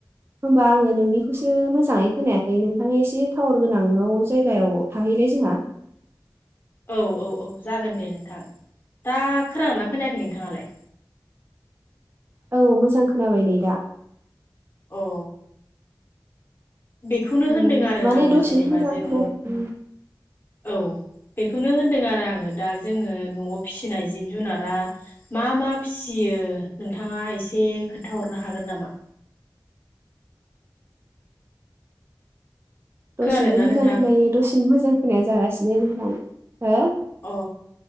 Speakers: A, on the right (about 30°); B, on the left (about 25°).
A: होमबा आङो नोंनिखौसो मोजाङै खोनायाखै नोंथाङा एसे टावार गोनाङाव जायगायाव थाहैलाय जोंहा
B: औ औ औ जागोन दे नोंथां दा खोनागोना खोनायाखै नोंथाङालाय?
A: औ मोजां खोनाबाय नै दा
B: अ बेखौनो
A: उम,
B: होनदों आरो
A: माने
B: आङो
A: दसेनो
B: जेनेबा
A: मोजां
B: जों
A: खोना उम,
B: औ बेखौनो होनदों आरो आङो दा जोङो न'आव फिसिनाय जिब जुनारा मा मा फिसि यो नोंथाङा एसे खोन्थाहरनो हागोन नामा?
A: दसेनो
B: खोनादोंना
A: मोजां
B: नोंथां?
A: खोनायो दसेनो मोजां खोनाया जागासिनो नोंथां हो <inaudible>
B: अ